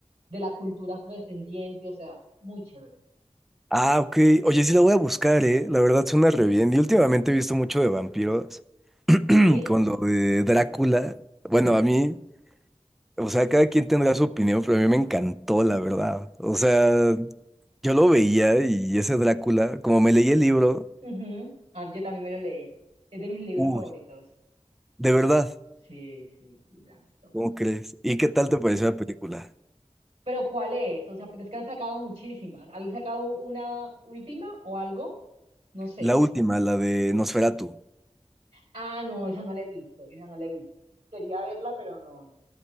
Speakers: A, on the right; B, in the centre.
A: De la cultura afrodescendiente, o sea, muy chévere.
B: Ah, ok. Oye, sí la voy a buscar, ¿eh? La verdad suena re bien. Y últimamente he visto mucho de vampiros <clears throat>
A: Sí,
B: con lo de Drácula. Bueno,
A: sí.
B: a mí, o sea, cada quien tendrá su opinión, pero a mí me encantó, la verdad. O sea, yo lo veía y ese Drácula, como me leí el libro,
A: Ujú. Ah, yo también me lo leí. Es de mis libros
B: Uy,
A: favoritos.
B: de verdad,
A: Sí, sí, sí, Bram Stoker.
B: ¿cómo crees? ¿Y qué tal te pareció la película?
A: Pero ¿cuál es? O sea, porque es que han sacado muchísimas. ¿Han sacado una última o algo? No sé.
B: La última, la de Nosferatu,
A: Ah, no, esa no la he visto, esa no la he visto. Quería verla, pero no, no.